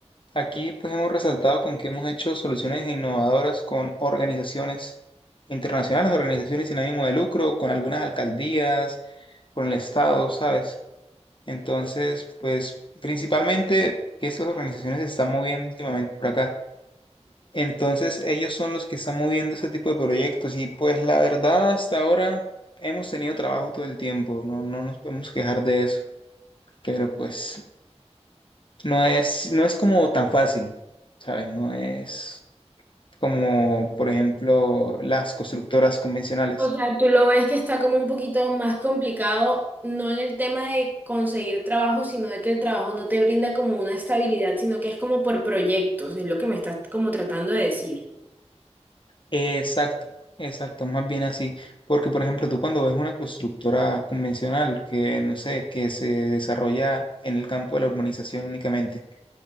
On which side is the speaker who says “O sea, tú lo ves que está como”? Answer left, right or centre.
Right